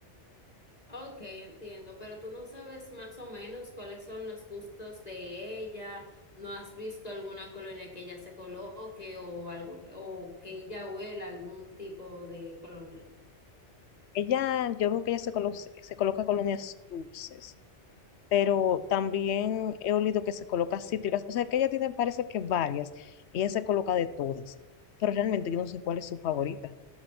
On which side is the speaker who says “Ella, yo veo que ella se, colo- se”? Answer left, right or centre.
Left